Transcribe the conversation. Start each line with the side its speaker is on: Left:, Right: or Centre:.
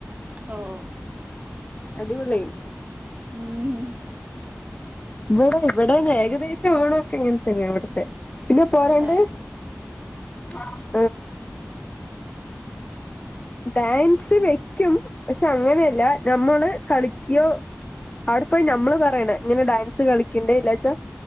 Right: ഓഹ്
Left: അടിപൊളിയിരുന്നു.
Right: ഉം ഉം
Left: ഇവടെ ഇവടെ ഞ് ഏകദേശം ഓണൊക്കെ ഇങ്ങ തന്നെ ഇവിടുത്തെ പിന്നെ പോരണ്ട്
Right: ആഹ്
Left: ആഹ് ഡാൻസ് വെക്കും പക്ഷെ അങ്ങനെയല്ല നമ്മള് കളിക്കിയോ അവിടെ പോയി നമ്മള് പറയണ ഇങ്ങനെ ഡാൻസ് കളിക്കണ്ടേ ഇല്ലാച്ചാ